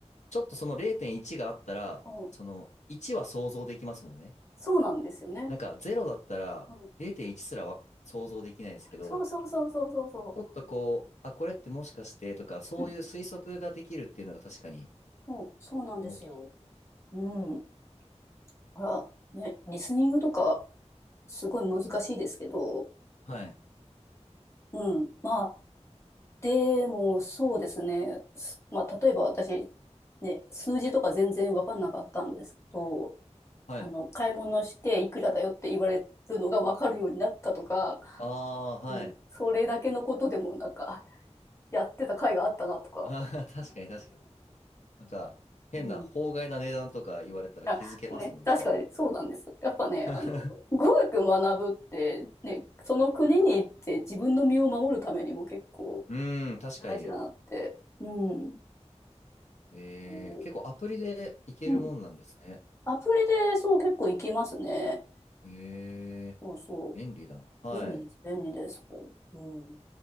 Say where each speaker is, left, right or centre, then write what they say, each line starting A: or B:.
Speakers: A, on the left; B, on the left.
A: ちょっとその0.1があったら、
B: うん、
A: その1は想像できますもんね。
B: そうなんですよね。
A: なんか0だったら0.1すらは想像できないですけど、
B: うん、そうそうそうそうそうそ
A: ちょっとこう、あ、これってもしかしてとか、そういう推測ができるっていうのが確かに
B: う。うん、そう、そうなんですよ。
A: 大きい。
B: うん。あら、ね、リスニングとかすごい難しいですけど、
A: はい。
B: うん。まあ、でもそうですね。すまあ、例えば私、ね、数字とか全然わかんなかったんですけど、
A: はい。
B: あの、買い物していくらだよって言われるのが分かるようになったとか、
A: ああ、はい。
B: うん、それだけのことでもなんか、あやってた甲斐があったなとか、
A: <laughs> 確かに確かに。なんか、変な法外な値段とか言われたら気づけますもんね、
B: うん。あね、確かにそうなんです。
A: それで。
B: やっぱね、
A: <laughs>
B: あの、語学学ぶって、ね、その国に行って自分の身を守るためにも結構
A: うーん、確かに。
B: 大事だなって。うん。
A: えー、
B: そ
A: 結構アプリでいけるもんなんですね。
B: ううん。アプリでそう結構いけますね。
A: えー、
B: そうそう。
A: 便利だな。はい。
B: 便利です。便利です。うん。